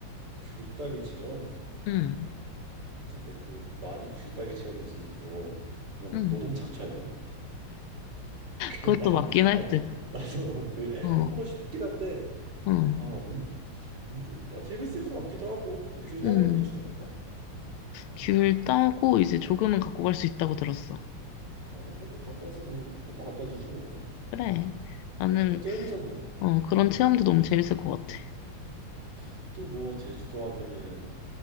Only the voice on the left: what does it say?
응,
응.
그것도
맞긴 할
듯.
어,
응,
응.
귤 따고 이제 조금은 갖고 갈 수 있다고 들었어.
그래. 나는,
어, 그런 체험도 너무 재밌을 것 같아.